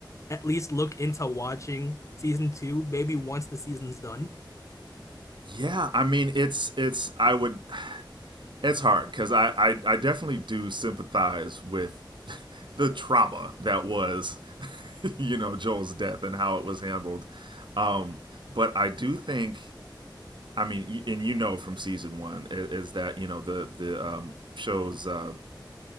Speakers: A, on the left; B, on the right.
A: at least look into watching season 2 maybe once the season's done.
B: Yeah, I mean it's it's I would It's hard because I, I, I definitely do sympathize with <laughs> the trauma that was, <laughs> you know, Joel's death and how it was handled. Um, but I do think, I mean, and you know from season one is, that you know the the um, show's uh,